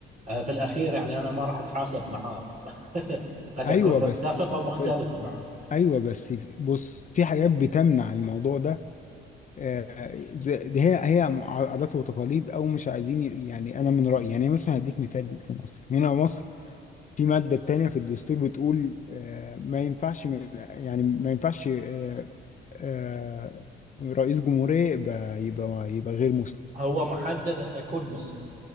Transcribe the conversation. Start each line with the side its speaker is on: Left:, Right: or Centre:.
Right: آه، في الأخير يعني أنا ما راح أتحاسب معاه <laughs> قد
Left: ايوه
Right: أكون متفق
Left: بس
Right: أو مختلف
Left: بس
Right: معه
Left: ايوه بس بص في حاجات بتمنع الموضوع ده آه، زي- دي هي هي عادات وتقاليد او مش عايزين يعني انا من رايي يعني مثلا هديك مثال في مصر هنا مصر في مادة تانية في الدستور بتقول آه، ما ينفعش من يعني ما ينفعش آه، آه، رئيس جمهورية يبقى يبقى يبقى غير مسلم
Right: هو محدد أنه يكون مسلم